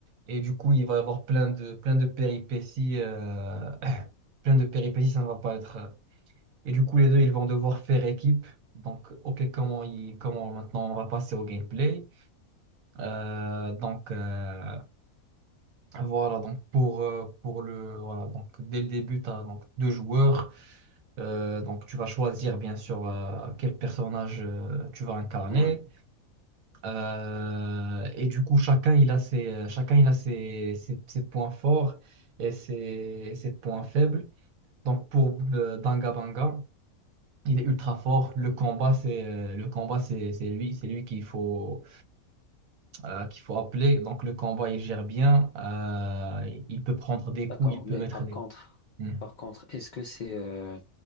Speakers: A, on the right; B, on the left.
A: et du coup, il va y avoir plein de, plein de péripéties. euh, <clears throat> plein de péripéties, ça ne va pas être. Et du coup, les deux, ils vont devoir faire équipe. Donc, OK, comment, il- comment maintenant on va passer au gameplay. Euh, donc, euh, voilà, donc pour, euh, pour le, voilà, donc dès le début, tu as donc deux joueurs. Euh, donc, tu vas choisir, bien sûr, euh, quel personnage euh, tu vas incarner.
B: Ouais.
A: Euh, et du coup, chacun, il a ses, chacun, il a ses, ses, ses points forts et ses, ses points faibles. Donc, pour euh, Danga Banga, Il est ultra fort. Le combat, c'est euh, le combat, c'est c'est lui, c'est lui qu'il faut euh, qu'il faut appeler. Donc le combat, il gère bien. Euh, il peut prendre des
B: D'accord,
A: coups, il
B: mais
A: peut mettre
B: par
A: des
B: contre,
A: coups. Hmm.
B: par contre, est-ce que c'est euh,